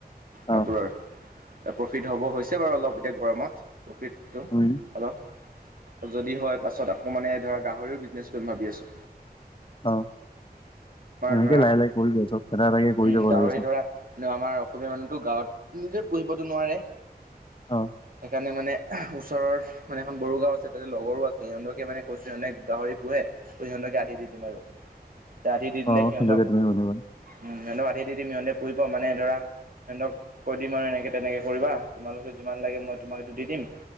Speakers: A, on the left; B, on the right.
A: অ
B: কাপোৰৰ এ প্ৰফিট হ'ব হৈছে বাৰু অলপ এতিয়া গৰমত। <unintelligible>
A: উম,
B: যদি হয় পাছত আকৌ মানে ধৰা গাহৰিও বিজনেছ কৰিম ভাবি আছো।
A: অ', নেকে
B: ধৰা
A: লাহে লাহ কৰি ল চব ফটা এটাকে কৰি
B: উম
A: যাব
B: গাহৰি
A: লাগে চব।
B: ধৰা আমাৰ অসমীয়া মানুহতো গাঁৱত নিজে পু়হিবতো নোৱাৰে।
A: অ',
B: সেইকাৰণে মানে ওচৰৰ মানে এখন বড়ো গাঁও আছে তাতে লগৰো আছে সিহঁতকে মানে কৈছে এনে গাহৰি পোহে তইহকে আদি দি দিম আৰু এতিয়া আধি দি দিলে,
A: অ
B: সিহঁতক
A: সিন্ধুকে তুমি শুনিবা
B: উম সিহঁতক আধি দি দিম সিহঁতে পুৰিব মানে ধৰা ফ্ৰেণ্ডক কৈ দিম আৰু এনেকে তেনেকে কৰিবা তোমালোকে যিমান লাগে মই তোমাক এইটো দি দিম